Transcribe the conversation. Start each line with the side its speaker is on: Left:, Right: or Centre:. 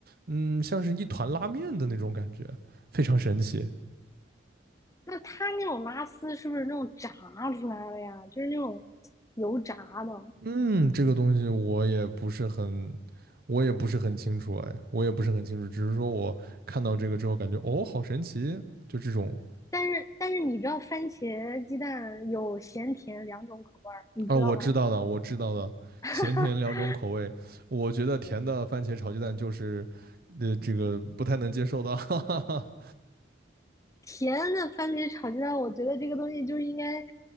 Right: 嗯像是一团拉面的那种感觉，非常神奇。
Left: 那它那种拉丝是不是那种炸出来的呀？就是那种油炸的。
Right: 嗯，这个东西我也不是很，我也不是很清楚，哎，我也不是很清楚，只是说我看到这个之后感觉，哦，好神奇，就这种，
Left: 但是但是你知道番茄鸡蛋有咸甜两种口味儿，你知道吗？
Right: 啊，我知道的，我知道的，
Left: <laughs>
Right: 咸甜两种口味，我觉得甜的番茄炒鸡蛋就是，呃，这个不太能接受的，<laughs> 哈哈哈，
Left: 甜的番茄炒鸡蛋，我觉得这个东西就是应该